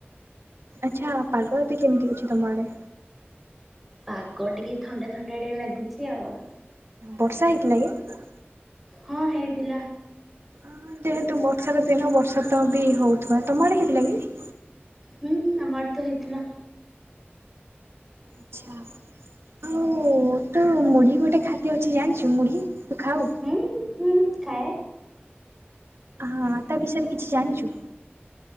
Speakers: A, on the right; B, in the centre.
A: ଆଚ୍ଛା ପାଗ ଏବେ କେମିତି ଅଛି ତମଆଡେ?
B: ପାଗ ଟିକେ ଥଣ୍ଡା ଥଣ୍ଡା ଳିଆ ଲାଗୁଚି ଆଉ।
A: ବର୍ଷା ହେଇଥିଲା କି?
B: ହଁ ହେଇଥିଲା।
A: ହଁ ଯେହେତୁ ବର୍ଷାର ଦିନ ବର୍ଷା ତ ବି ହଉଥିବା ତମ ଆଡ଼େ ହେଇଥିଲା କି?
B: ହୁଁ ଆମ ଆଡ଼େ ତ ହେଇଥିଲା।
A: ଆଚ୍ଛା ଆଉ ତୁ ମୁଢି ଗୋଟେ ଖାଦ୍ୟ ଅଛି ଜାଣିଚୁ ମୁଢି ତୁ ଖାଉ?
B: ହୁଁ ହୁଁ ଖାଏ।
A: ହଁ ତା ବିଷୟରେ କିଛି ଜାଣିଚୁ?